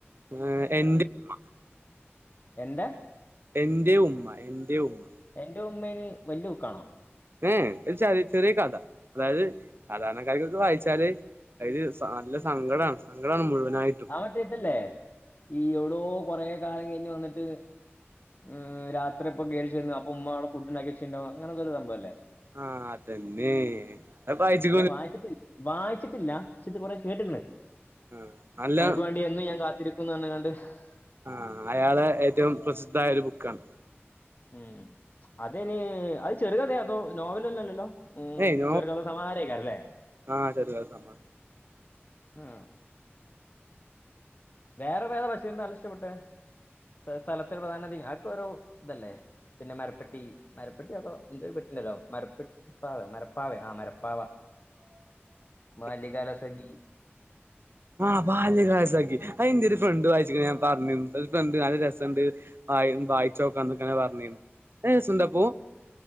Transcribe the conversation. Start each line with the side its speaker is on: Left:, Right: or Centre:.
Right: ആഹ് എന്റെ ഉമ്മ
Left: എന്റെ
Right: എന്റെ ഉമ്മ എന്റെ ഉമ്മ
Left: എന്റെ ഉമ്മേൽ വല്യബുക്കാണോ
Right: ഏഹ് ഒരു ചെറിയ ചെറിയ കഥ അതായത് സാധാരണകരോക്കെ വായിച്ചാല് അയില് നല്ല സങ്കടമാണ് സങ്കടമാണ് മുഴുവനായിട്ട്
Left: മറ്റേഇതല്ലേ ഈ എവിടോ കൊറേ കാലംകഴിഞ്ഞുവന്നിട്ട് മ് രാത്രി ഇപ്പോ കേറിചെന്ന് അപ്പോ ഉമ്മാഅവിടെ ഫുഡ് ഉണ്ടാക്കിവെച്ചിണ്ടാവും അങ്ങനെന്തൊരു സംഭവമല്ലേ
Right: ആഹ് അതന്നെ അത്ബായിച്
Left: വായിച്ചിട്ടില് വായിച്ചിട്ടില്ല ക്ഷേ ഇത് കുറെ കേട്ടിട്ടുണ്ട്
Right: ആഹ് നല്ല
Left: അനക്കുവേണ്ടി എന്നും ഞാൻ കാത്തിരി <unintelligible>
Right: ആഹ് അയാള് ഏറ്റവും പ്രസിദ്ധായ ഒരു ബുക്കാണ്
Left: ഉം അതെനി അത് ചെറുകഥ അതോ നോവലോന്നുവല്ലല്ലോ മ്
Right: ഏയ് നോ
Left: ചെറുകഥ സമാഹാരയ്ക്കരല്ലേ
Right: ആഹ് ചെറു കഥ സമാഹാരം
Left: ഉം. വേറെ വേറെ ബഷീറിന്റെ നല്ല ഇഷ്ടപ്പെട്ടെ സ്ഥലത്തിൽ പ്രധാന ആക്കെ ഒരു ഇതല്ലേ പിന്നെ മരപ്പട്ടി മരപ്പട്ടി അതോ ന്റെ ഒരു പെട്ടീണ്ടല്ലോ മരപ്പെ മരപ്പാവ മരപ്പാവെയോ ആഹ് മരപ്പാവ
Right: <inaudible>
Left: ബാല്യകാല സഖി
Right: ആഹ് ബാല്യകാലസഖി ആയെന്റെ ഒരു ഫ്രണ്ട് വായിച്ചികണ് ഞാൻ പറഞ്ഞു ഒരു ഫ്രണ്ട് നല്ല രസണ്ട് വായി വായിച്ചു നോക്കാന്ന് ഇങ്ങനെ പറഞ് നല്ല രസ്സണ്ട് അപ്പോ